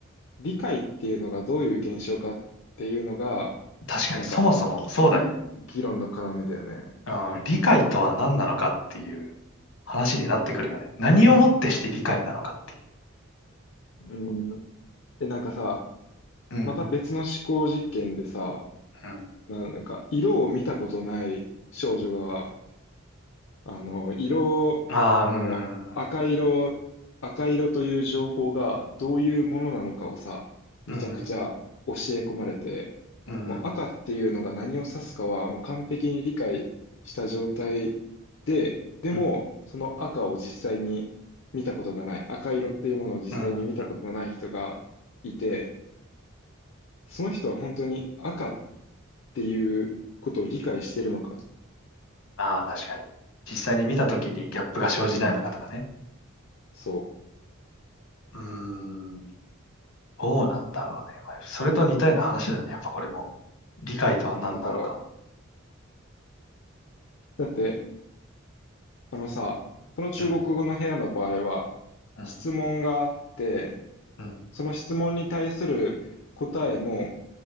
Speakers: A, on the left; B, on the left.
A: 理解っていうのがどういう現象かっていうのが、
B: 確かにそもそもそうだよね。
A: なんかぎ議論の要だよね。
B: うん、理解とは何なのかっていう話になってくるよね。何をもってして理解なのかってい
A: うん。え、なんかさ、
B: う。うん、
A: また別の思考実験でさ、
B: うん。
A: な、なんか色を見たことない少女が、あの、色、
B: ああ、うん、
A: この赤色、
B: うん、
A: 赤色という情報がどういうものなのかをさ、めちゃくちゃ教え込まれて、
B: うん、うん。
A: もう赤っていうのが何を指すかはもう完璧に理解した状態で、でもその赤を実際に見たことがない、
B: うん。
A: 赤色っていうものを実際に見たことのない人がいて、
B: うん。うん
A: その人は本当に赤っていうことを理解してるのか。
B: ああ、確かに。実際に見たときにギャップが生じないのかとかね。
A: うん、そ
B: うーん。どうなんだろうね。まあそれと似たような話だよね。やっぱこれも。理解とは何なのか。
A: う。うんだから、だって、そのさ、その中国語の部屋の場合は、
B: うん。うん。
A: 質問があって、
B: うん。
A: その質問に対する答えも、